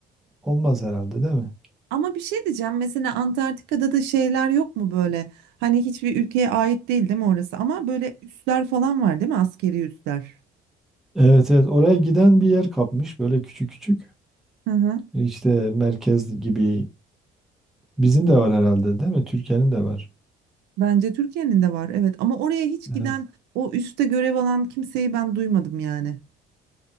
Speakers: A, in the centre; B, on the right (about 80°).
A: olmaz herhalde, değil mi?
B: Ama bir şey diyeceğim. Mesela Antarktika'da da şeyler yok mu böyle? Hani hiçbir ülkeye ait değil değil mi orası? Ama böyle üsler falan var değil mi? Askeri üsler.
A: Evet, evet. Oraya giden bir yer kapmış, böyle küçük küçük.
B: Hı hı.
A: İşte merkez gibi. Bizim de var herhalde, değil mi? Türkiye'nin de var.
B: Bence Türkiye'nin de var. Evet. Ama oraya hiç giden
A: Evet.
B: o üste görev alan kimseyi ben duymadım yani.